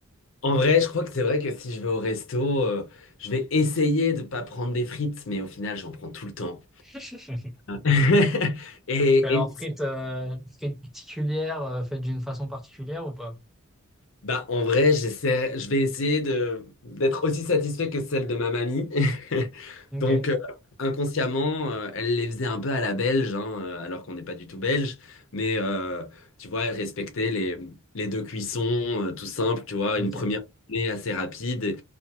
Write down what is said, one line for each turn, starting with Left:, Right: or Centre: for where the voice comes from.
Left: en vrai, je crois que c'est vrai que si je vais au resto, euh, je vais essayer de pas prendre des frites, mais au final, j'en prends tout le temps.
Centre: <laughs>
Left: <laughs> Et,
Centre: Alors, frites, euh, frites particulières, euh, faites d'une façon particulière ou pas?
Left: Bah, en vrai, j'essaie, je vais essayer de d'être aussi satisfait que celle de ma mamie. <laughs>
Centre: Ok.
Left: Donc, euh, inconsciemment, euh, elle les faisait un peu à la belge, hein, euh, alors qu'on n'est pas du tout belge. Mais euh, tu vois, elle respectait les, les deux cuissons, euh, tout simple, tu vois,
Centre: Ok.
Left: une première cuisson assez rapide.